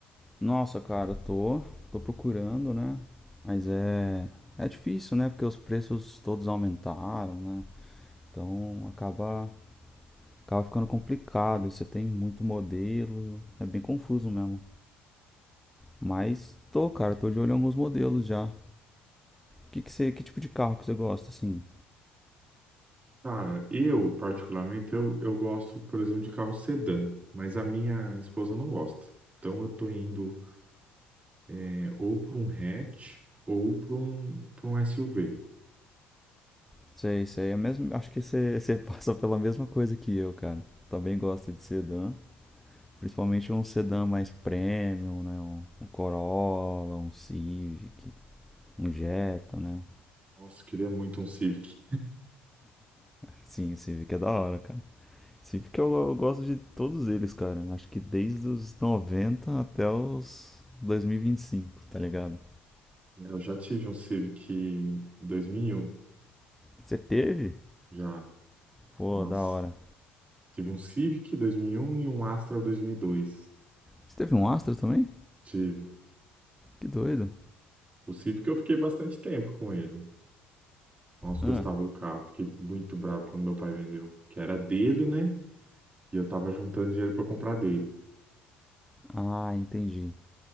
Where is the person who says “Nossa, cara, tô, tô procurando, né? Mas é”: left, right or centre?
Centre